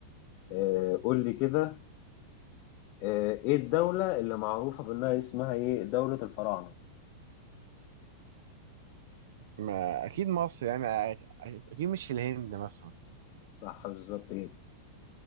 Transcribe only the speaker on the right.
ما أكيد مصر يعني أك- أك- أكيد مش الهند مثلا